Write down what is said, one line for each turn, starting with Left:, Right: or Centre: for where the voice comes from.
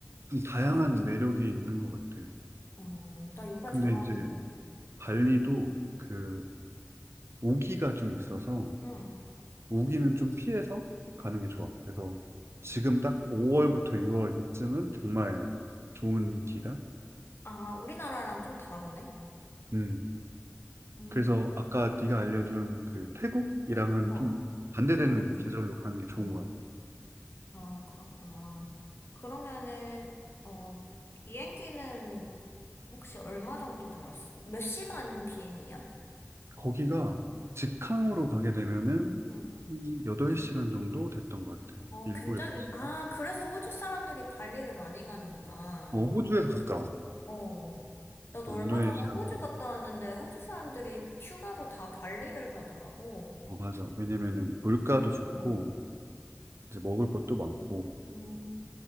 Right: 좀 다양한 매력이 있는 것 같아.
Left: 어, 나 요가
Right: 근데
Left: 좋아하는데.
Right: 이제 발리도 그 모기가 좀 있어서
Left: 응,
Right: 우기는 좀 피해서 가는
Left: 응.
Right: 게 좋아. 그래서 지금 딱 5월부터 6월 이쯤은 정말 좋은 기간.
Left: 아, 우리나라랑 좀 다르네?
Right: 음.
Left: 음,
Right: 그래서 아까 네가 알려준 그 태국이랑은
Left: 어,
Right: 좀 반대되는
Left: 반대.
Right: 계절로 가는 게 좋은
Left: 아,
Right: 것 같아.
Left: 아, 그렇구나. 그러면은, 어, 비행기는 혹시 얼마 정도 들었어? 몇 시간 비행이야?
Right: 거기가 직항으로 가게 되면은
Left: 응.
Right: 음, 8시간 정도 됐던 것 같아.
Left: 어,
Right: 7,
Left: 굉장히,
Right: 8시간.
Left: 아, 그래서 호주 사람들이 발리를 많이 가는구나.
Right: 어, 호주에서 가까워.
Left: 어. 나도
Right: 어,
Left: 얼마
Right: 인도네시아가.
Left: 전에 호주 갔다 왔는데, 호주 사람들이 휴가로 다 발리를 가더라고.
Right: 어, 맞아. 왜냐면은 물가도
Left: 어,
Right: 좋고
Left: 음,
Right: 이제 먹을 것도 많고
Left: 음,